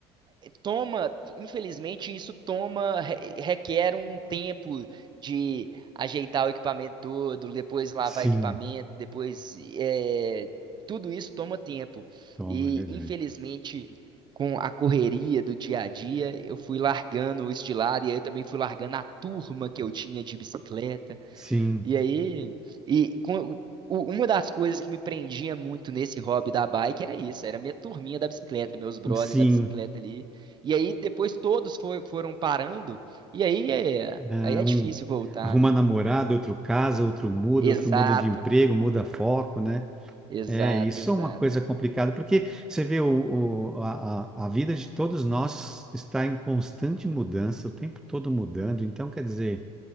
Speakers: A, on the right (about 35°); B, in the centre.
A: toma, infelizmente, isso toma, re- requer um tempo de ajeitar o equipamento todo, depois lavar
B: Sim,
A: equipamento, depois é, tudo isso toma tempo.
B: toma,
A: E
B: é verdade.
A: infelizmente, com a correria do dia a dia, eu fui largando isso de lado e aí eu também fui largando a turma que eu tinha de bicicleta.
B: Sim,
A: E aí, e com, o- uma das coisas que me prendia muito nesse hobby da bike era isso, era minha turminha da bicicleta, meus brothers
B: sim.
A: da bicicleta ali. E aí depois todos foi- foram parando, e aí é,
B: Ah,
A: aí é
B: um,
A: difícil voltar,
B: arruma
A: né?
B: namorada, outro casa, outro muda,
A: Exato,
B: outro muda de emprego, muda foco, né?
A: exato,
B: É, isso
A: exato.
B: é uma coisa complicada, porque você vê o, o- a, a a vida de todos nós está em constante mudança, o tempo todo mudando, então quer dizer,